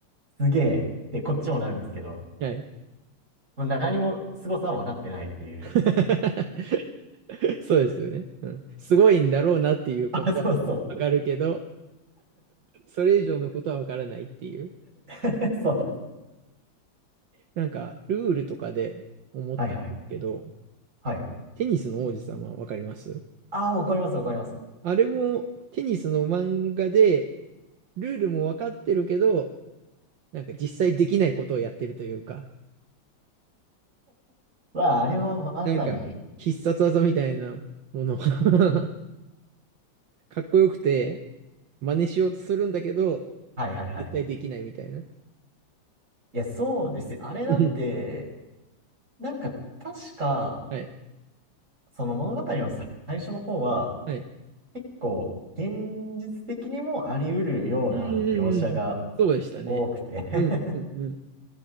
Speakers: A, on the right; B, on the right.
A: すげえってこっちもなるんですけど、
B: はい。
A: もう何も凄さは分かってないっていう。
B: <laughs> そうですよね。うん。すごいんだろうなっていうことはわかるけど、
A: あ、そうそう。
B: それ以上のことはわからないっていう。
A: <laughs> そう。
B: なんか、ルールとかで思ったんですけど、
A: はいはい。はい。
B: テニスの王子様わかります
A: ああ、わかりますわかります。
B: あれもテニスの漫画で、ルールもわかってるけど、なんか実際できないことをやってるというか、
A: わあ、あれはまさに。
B: なんか、必殺技みたいなもの <laughs> かっこよくて、真似しようとするんだけど、
A: はいはいはい。
B: 絶対できないみたいな。
A: いや、そうですよ。あれなんて、
B: うん
A: なんか確か、
B: はい。
A: その物語の最初の方は、
B: はい。
A: 結構現実的にもあり得るような描写が
B: うんうんうんうん。そうでしたね。
A: 多くて <laughs>
B: うんうんうん。